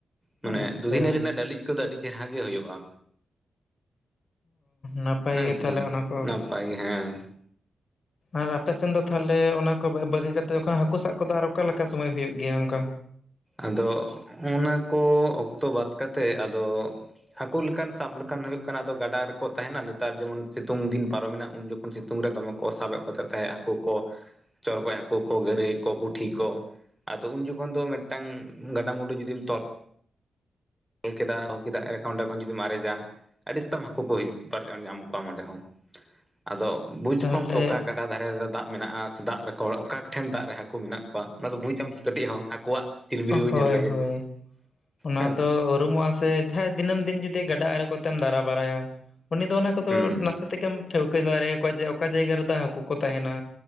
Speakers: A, in the centre; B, on the left.
A: ᱢᱟᱱᱮ
B: ᱟᱪᱪᱷᱟ
A: ᱫᱩᱫᱷᱤᱱᱟᱹᱨᱤ ᱨᱮᱭᱟᱜ ᱰᱟᱹᱞᱤᱡ ᱠᱚᱫᱚ ᱟᱹᱰᱤ ᱪᱮᱦᱨᱟ ᱜᱮ ᱦᱩᱭᱩᱜ-ᱟ
B: ᱱᱟᱯᱟᱭ
A: ᱦᱮᱸᱥᱮ
B: ᱜᱮ ᱛᱟᱦᱚᱞᱮ ᱚᱱᱟ ᱠᱚ
A: ᱱᱟᱯᱟᱭ ᱜᱮ ᱦᱮᱸ
B: ᱟᱨ ᱟᱯᱮᱥᱮᱱ ᱫᱚ ᱛᱟᱦᱚᱞᱮ ᱚᱱᱟ ᱠᱚ ᱵᱟᱹᱜᱤ ᱠᱟᱛᱮ ᱦᱟᱹᱠᱩ ᱥᱟᱵ ᱠᱚᱫᱚ ᱟᱨ ᱚᱠᱟ ᱞᱮᱠᱟ ᱥᱚᱢᱚᱭ ᱦᱩᱭᱩᱜ ᱜᱮᱭᱟ ᱚᱱᱠᱟ
A: ᱟᱫᱚ ᱚᱱᱟᱠᱚ ᱚᱠᱛᱚ ᱵᱟᱫ ᱠᱟᱛᱮᱫ ᱟᱫᱚ ᱦᱟᱹᱠᱩ ᱞᱮᱠᱟᱱ ᱥᱟᱵ ᱞᱮᱠᱷᱟᱱ ᱦᱩᱭᱩᱜ ᱠᱟᱱᱟ ᱟᱫᱚ ᱜᱟᱰᱟ ᱨᱮᱠᱚ ᱛᱟᱦᱮᱱᱟ ᱱᱮᱛᱟᱨ ᱡᱮᱢᱚᱱ ᱥᱤᱛᱩᱝ ᱫᱤᱱ ᱯᱟᱨᱚᱢᱮᱱᱟ ᱩᱱ ᱡᱚᱠᱷᱚᱱ ᱥᱤᱛᱩᱝ ᱨᱮ ᱫᱚᱢᱮ ᱠᱚ ᱥᱟᱵᱮᱫ ᱠᱚᱛᱮ ᱛᱟᱦᱮ ᱦᱟᱹᱠᱩ ᱠᱚ ᱪᱚᱨᱠᱚᱡ ᱦᱟᱹᱠᱩ ᱠᱚ, ᱜᱟᱹᱲᱟᱹᱭ ᱠᱚ, ᱯᱩᱴᱷᱤ ᱠᱚ, ᱟᱫᱚ ᱩᱱ ᱡᱚᱠᱷᱚᱱ ᱫᱚ, ᱢᱤᱫᱴᱟᱝ ᱜᱟᱰᱟ ᱢᱩᱰᱩ ᱡᱩᱫᱤᱢ ᱛᱚ ᱛᱚᱞ ᱠᱮᱫᱟ ᱛᱚᱞ ᱠᱮᱫᱟ ᱮᱰᱮ ᱠᱷᱚᱱ ᱡᱩᱫᱤ ᱟᱨᱮᱡᱟ, ᱟᱹᱰᱤ ᱟᱥᱟᱛᱟᱢ ᱦᱟᱹᱠᱩ ᱠᱚ ᱧᱟᱢ ᱠᱚᱣᱟ ᱚᱸᱰᱮ ᱦᱚᱸ ᱟᱫᱚ ᱵᱩᱡ
B: ᱛᱟᱦᱚᱞᱮ
A: ᱠᱚᱢ ᱛᱚ ᱚᱠᱟ ᱫᱷᱟᱨᱟ ᱫᱷᱟᱨᱮ ᱨᱮ ᱫᱟᱜ ᱢᱮᱱᱟᱜ-ᱟ ᱥᱮ ᱫᱟᱜ ᱨᱮᱠᱚ ᱚᱠᱟ ᱴᱷᱮᱱ ᱫᱟᱜ ᱨᱮ ᱦᱟᱹᱠᱩ ᱢᱮᱱᱟᱜ ᱠᱚᱣᱟ ᱚᱱᱟ ᱫᱚ ᱵᱩ ᱪᱟᱢ ᱠᱟᱹᱴᱤᱡ ᱦᱚ, ᱦᱟᱹᱠᱩᱣᱟᱜ ᱪᱤᱨᱵᱤᱨᱟᱹᱣ
B: ᱦᱳᱭ
A: ᱧᱮᱞ ᱨᱮᱜᱮ
B: ᱦᱳᱭ ᱚᱱᱟ
A: ᱦᱮᱸ ᱥᱮ
B: ᱫᱚ ᱩᱨᱩᱢᱚᱜ-ᱟ ᱥᱮ ᱡᱟᱦᱟᱭ ᱫᱤᱱᱟᱹᱢ ᱫᱤᱱ ᱡᱩᱫᱤ ᱜᱟᱰᱟ ᱮᱲᱮ ᱠᱚᱛᱮᱢ ᱫᱟᱨᱟ ᱵᱟᱲᱟᱭᱟ, ᱩᱱᱤ ᱫᱚ ᱚᱱᱟ ᱠᱚᱫᱚ
A: ᱦᱩᱸ
B: ᱱᱟᱥᱮ ᱛᱮᱜᱮᱢ ᱴᱷᱟᱹᱣᱠᱟᱹ ᱫᱟᱨᱮᱭᱟ ᱠᱚᱣᱟ ᱡᱮ ᱚᱠᱟ ᱡᱟᱭᱜᱟ ᱨᱮᱫᱚ ᱦᱟᱹᱠᱩ ᱠᱚ ᱛᱟᱦᱮᱱᱟ,